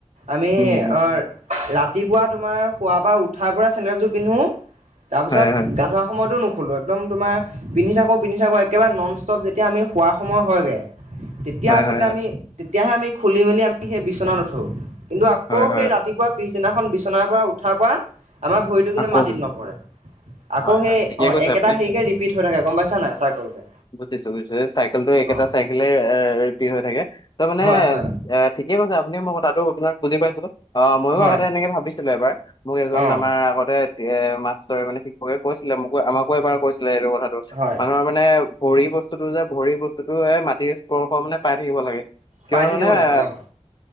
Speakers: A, on the right (about 75°); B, on the left (about 40°).
A: আমি
B: উম উম
A: অ' ৰাতিপুৱা তোমাৰ শুৱাপা উঠাৰ পৰা চেণ্ডেলযোৰ পিন্ধোঁ তাৰপিছত
B: হয় হয়
A: গা ধোৱা সময়তো নোখোলো। একদম তোমাৰ পিন্ধি থাকোঁ, পিন্ধি থাকোঁ, একেবাৰে নন ষ্টপ যেতিয়া আমি শোৱাৰ সময় হয়গে। তেতিয়া
B: হয়
A: আচলতে
B: হয় হয়
A: আমি, তেতিয়াহে আমি খুলি, মেলি আমি সেই বিচনাত উঠোঁ, কিন্তু আকৌ
B: হয় হয়
A: সেই ৰা ৰাতিপুৱা পিছদিনাখন বিচনাৰ পৰা উঠাৰ পা, আমাৰ ভৰিত কিন্তু
B: আকৌ
A: মাটিত
B: বি
A: নপৰে, আকৌ
B: হয়
A: সেই
B: হয় ঠিকে
A: অ',
B: কৈছে
A: একেটা
B: আপুনি
A: হেৰিকে ৰিপিট হৈ থাকে গম পাইছা নাই? চাৰ্কলকে।
B: বুজিছোঁ, বুজিছোঁ চাইকেলটো একেটা
A: অ'
B: চাইকেলে ৰিপিত হৈ থাকে ত' মানে
A: হয় হয়
B: এ ঠিকে কৈছে আপুনি মই কথাটো আপোনাক বুজি পাইছিলোঁ, অ', ময়ো
A: হয়
B: আগতে এনেকে ভাবিছিলোঁ এবাৰ। মোক এজন
A: অ'
B: আমাৰ আগতে এ, মাষ্টৰে মানে শিক্ষকে কৈছিলে, মোকো আমাকো এবাৰ কৈছিলে, এইটো কথা। টো,
A: হয়
B: মানুহৰ মানে ভৰি বস্তুটো যে, ভৰি বস্তুটোয়ে মাটিৰ স্পৰ্শ মানে পাই থাকিব লাগে। কিয়নো
A: পাই থাকিব
B: মানে এ
A: লাগে অ'